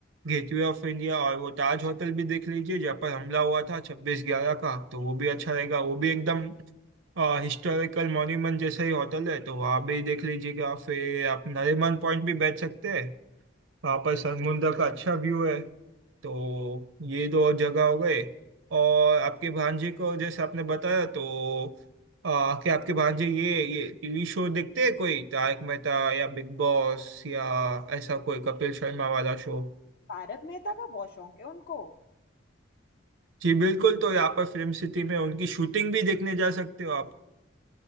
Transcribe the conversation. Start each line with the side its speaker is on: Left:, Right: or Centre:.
Right: गेटवे ऑफ इंडिया और वो ताज होटल भी देख लीजिए जहाँ पर हमला हुआ था छब्बीस ग्यारह का तो वो भी अच्छा रहेगा वो भी एकदम हिस्टोरिकल मॉन्यूमेंट जैसा ही होटल है तो वहाँ भी देख लीजिएगा फिर आप नरीमन पॉइंट भी बैठ सकते हैं वहाँ पर समुद्र का अच्छा व्यू है तो ये दो जगह हो गए और आपके भांजे को जैसे आपने बताया तो आ, कि आपके भांजे ये ये टीवी शो देखते हैं कोई तारक मेहता या बिग बॉस या ऐसा कोई कपिल शर्मा वाला शो
Left: तारक मेहता का बहुत शौक है उनको
Right: जी बिल्कुल तो यहाँ पर फिल्म सिटी में उनकी शूटिंग भी देखने जा सकते हो आप